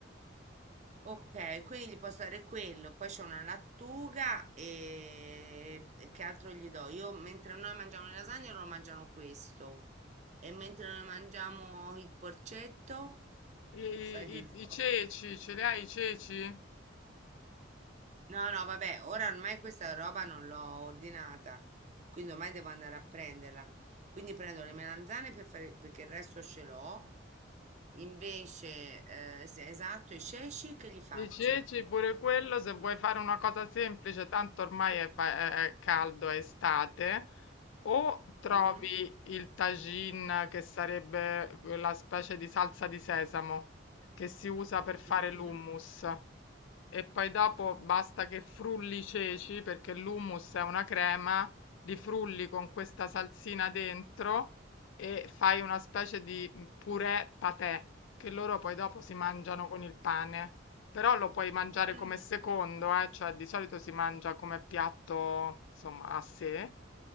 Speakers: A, on the right; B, on the left.
A: Ok, quindi gli posso dare quello. Poi c'è una lattuga e... e che altro gli do? Io mentre noi mangiamo le lasagne, loro mangiano questo. E mentre noi mangiamo il porcetto. <laughs>
B: I,
A: Cosa gli
B: i-
A: do?
B: i ceci, ce li hai i ceci?
A: No, no, vabbè, ora ormai questa roba non l'ho ordinata, quindi ormai devo andare a prenderla. Quindi prendo le melanzane per fare, perché il resto ce l'ho. Invece, eh, se- esatto, i ceci che gli faccio?
B: I ceci, pure quello, se vuoi fare una cosa semplice, tanto ormai è, fa- è- è caldo, è estate, O trovi
A: Mhm.
B: il tagine, che sarebbe eh, la specie di salsa di sesamo che si usa per
A: Mm,
B: fare l'hummus,
A: mhm.
B: e poi dopo basta che frulli i ceci, perché l'hummus è una crema, li frulli con questa salsina dentro e fai una specie di purè patè, che loro poi dopo si mangiano con il pane. Però lo puoi mangiare
A: Mm,
B: come secondo, eh, cioè di solito si mangia come piatto, insomma, a sé.